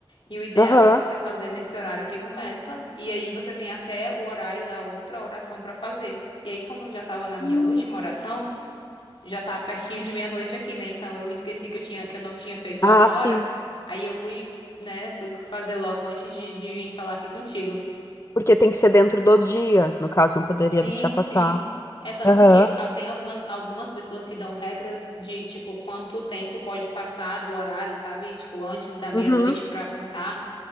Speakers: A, on the left; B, on the left.
A: E o ideal
B: Aham.
A: é você fazer nesse horário que começa, e aí você tem até o horário da outra oração pra fazer. E aí, como eu já tava na minha
B: Hum.
A: última oração, já tá pertinho de meia-noite aqui, né? Então eu esqueci que eu tinha, que eu não tinha feito
B: Ah,
A: lá na
B: sim.
A: hora. Aí eu fui, né, fui fazer logo antes de, de vir falar aqui contigo.
B: Porque tem que ser dentro do dia. No caso, não poderia
A: Sim,
B: deixar passar.
A: sim. É tanto
B: Aham.
A: que ah, tem algumas, algumas pessoas que dão regras de, tipo, quanto tempo pode passar do horário, sabe? Tipo, antes da meia-noite
B: Uhum.
A: pra contar.